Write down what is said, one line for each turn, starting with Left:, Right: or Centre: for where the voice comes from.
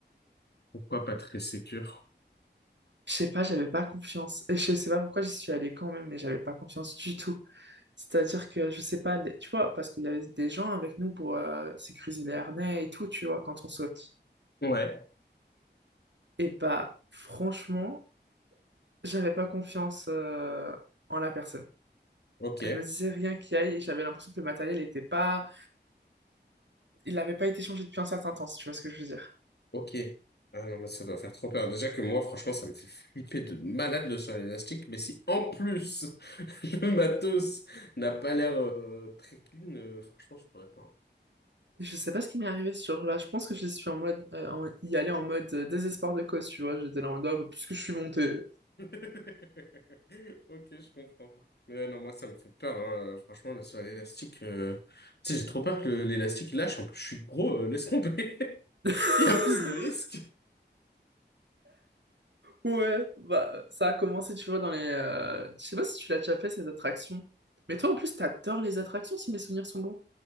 Left: Pourquoi pas très sécure?
Right: Je sais pas, j'avais pas confiance. Et je sais pas pourquoi j'y suis allée quand même, mais j'avais pas confiance du tout. C'est-à-dire que, je sais pas, des- tu vois, parce qu'il y avait des gens avec nous pour euh, sécuriser les harnais et tout, tu vois, quand on saute.
Left: Ouais,
Right: Et bah, franchement, j'avais pas confiance euh, en la personne.
Left: ok,
Right: Elle me disait rien qui aille et j'avais l'impression que le matériel était pas... Il n'avait pas été changé depuis un certain temps, si tu vois ce que je veux dire.
Left: ok. Ah non, mais ça doit faire trop peur. Déjà que moi, franchement, ça me fait flipper de malade le sol élastique, mais si en plus <laughs> le matos n'a pas l'air euh, très clean, euh, franchement, je pourrais pas. hein.
Right: Je sais pas ce qui m'est arrivé ce jour-là. Je pense que je suis en mode, euh, en- y aller en mode euh, désespoir de cause, tu vois. J'étais là en mode, Ah, bah, puisque je suis montée.
Left: <laughs> Ok, je comprends. Mais ouais, non, moi, ça me fait peur. hein. Franchement, là, sur l'élastique, euh, tu sais, j'ai trop peur que l'élastique il lâche. En plus, je suis gros, euh, laisse tomber.
Right: <laughs>
Left: <laughs> Il y a plus de risques.
Right: Ouais, bah, ça a commencé, tu vois, dans les... euh, Je sais pas si tu l'as déjà fait, ces attractions, Mais toi, en plus, t'adores les attractions, si mes souvenirs sont bons.